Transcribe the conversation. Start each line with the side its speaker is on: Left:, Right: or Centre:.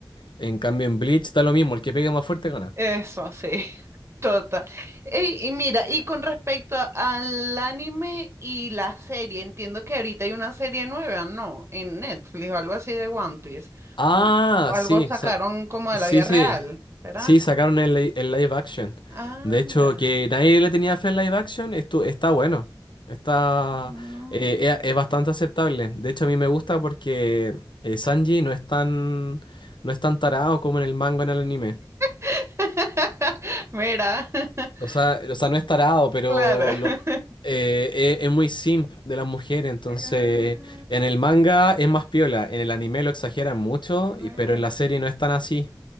Left: En cambio en Bleach da lo mismo, el que pegue más fuerte gana.
Right: Eso, sí, <laughs> total. Ey, Y, mira, y con respecto a- al anime y la serie, entiendo que ahorita hay una serie nueva, ¿no? En Netflix o algo así de One Piece.
Left: Ah,
Right: O o algo
Left: sí,
Right: sacaron
Left: sa-
Right: como de
Left: sí,
Right: la vida
Left: sí.
Right: real, ¿será?
Left: Sí, sacaron el, li- el live action.
Right: Ah,
Left: De hecho,
Right: mira.
Left: que nadie le tenía fe al live action, esto está bueno. Está,
Right: Mm.
Left: eh, es, es bastante aceptable. De hecho, a mí me gusta porque eh, Sanji no es tan, no es tan tarado como en el manga en el anime.
Right: <laughs> Mira, <laughs>
Left: O sea, o sea, no es tarado, pero
Right: claro. <laughs>
Left: lo- eh, es, es muy simp de las mujeres. Entonces,
Right: Ah,
Left: en el manga es más piola. En el anime lo exageran mucho,
Right: Mira.
Left: y- pero en la serie no es tan así.